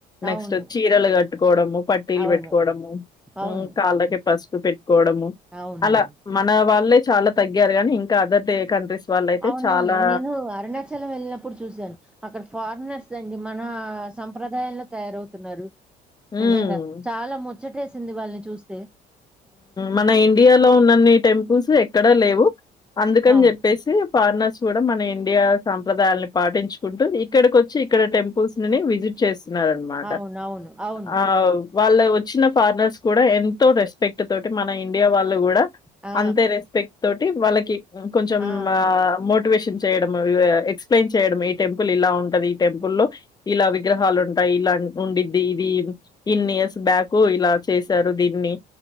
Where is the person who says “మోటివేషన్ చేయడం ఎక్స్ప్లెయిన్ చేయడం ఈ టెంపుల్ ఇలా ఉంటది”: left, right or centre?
Left